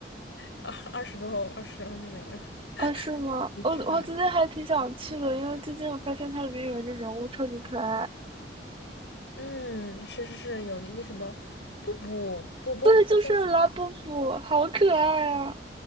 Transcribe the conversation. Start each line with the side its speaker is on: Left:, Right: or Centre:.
Left: 二二十多欧，二十欧就没了，
Right: 啊，是吗？
Left: 出去吃饭了
Right: 我我今天还挺想去的，因为最近我发现它里面有一个人物超级可爱。
Left: 嗯，是是是，有那个什么布布波波，
Right: 对，就是拉布布，
Left: 呃叫
Right: 好可爱啊，